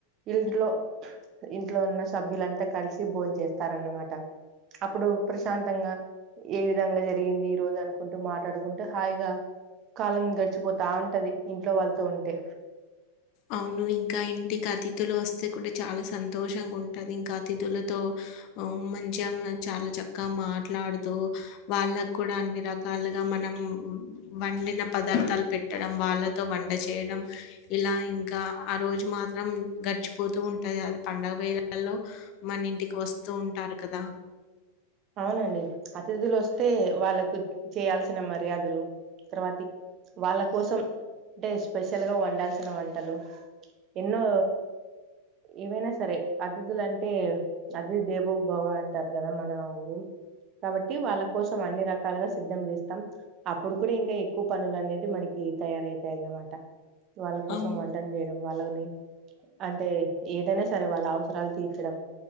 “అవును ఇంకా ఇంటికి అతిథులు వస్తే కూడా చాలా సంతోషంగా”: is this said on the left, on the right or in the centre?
Left